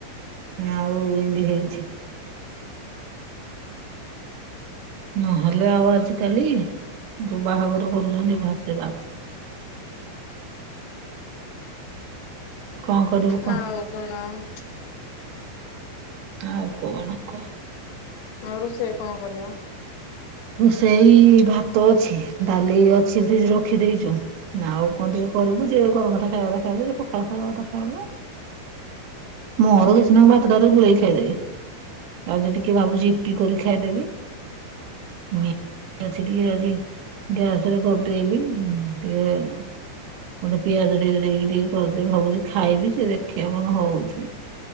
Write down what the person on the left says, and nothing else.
ଆଉ କଣ?
ହ ରୋଷେଇ କଣ କରିବ?